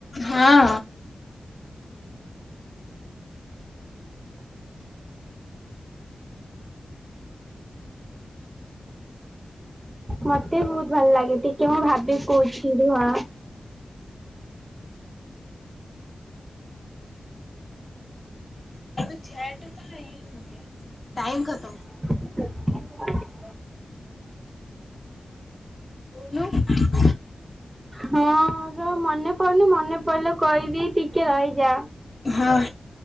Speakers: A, on the left; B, on the right.
A: ହଁ।
B: ମତେ ବି ବହୁତ ଭଲ ଲାଗେ ଟିକେ ମୁଁ ଭାବି କହୁଛି ରୁହ।
A: <unintelligible> ଟାଇମ ଖତମ।
B: <inaudible>
A: କହୁନୁ।
B: ହଁ ର ମାନେ ମନେ ପଡୁନି ମନେ ପଡ଼ିଲେ କିଇବି ଟିକେ ରହିଯା।
A: ହଁ।